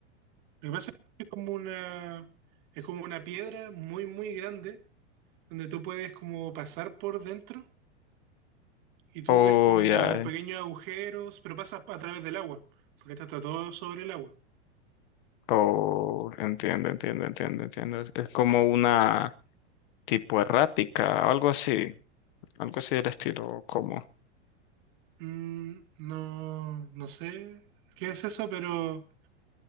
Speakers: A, on the right; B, on the left.
A: Lo que pasa es que es como una, es como una piedra muy, muy grande, donde tú puedes como pasar por dentro y tú
B: Oh,
A: ves como
B: ya.
A: pequeños
B: eh.
A: agujeros, pero pasas a través del agua, porque está todo sobre el agua.
B: Oh, entiendo, entiendo, entiendo, entiendo. Es es como una tipo errática, algo así, algo así del estilo, como.
A: Mm, no, no sé qué es eso, pero